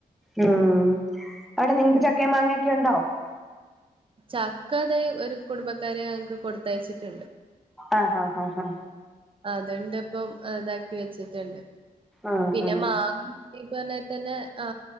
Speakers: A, in the centre; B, on the right.
A: ഉം അവിടെ നിങ്ങ്ക്ക് ചക്കേം മാങ്ങേ ക്കിയുണ്ടോ
B: ചക്ക ദേ ഒരു കുടുംബക്കാര് ഞങ്ങ്ക്ക് കൊടുത്തയച്ചിട്ട്ണ്ട്
A: ആഹ് ഹാ ഹാ ഹാ
B: അത്ണ്ട് പ്പം എ താക്കി വെച്ച്ട്ടുണ്ട്
A: ആഹ്
B: പിന്നെ
A: ആഹ്
B: മാ ഈ പർഞാരി തെന്നെ ആ